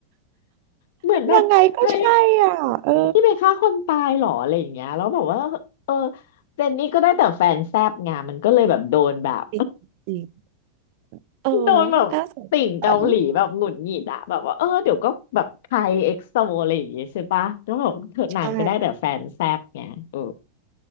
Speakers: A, on the left; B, on the right.
A: เหมือนแบบเฮ้ย
B: ยังไงก็ใช่อ่ะเออ
A: ที่ไปฆ่าคนตายเหรออะไรอย่างเงี้ยแล้วบอกว่าเออเจนนี่ก็ได้แต่แฟนแซบไงมันก็เลยแบบโดนแบบ
B: จริงจริงเออ
A: โดนแบบติ่งเกาหลีแบบหงุดหงิดอะแบบว่าเออเดี๋ยวก็แบบไทยเอ็กโซอะไรอย่างเงี้ยใช่ปะแล้วแบบเธอนางก็ได้แต่แฟนแซบไงเออ
B: น่าสงสารใช่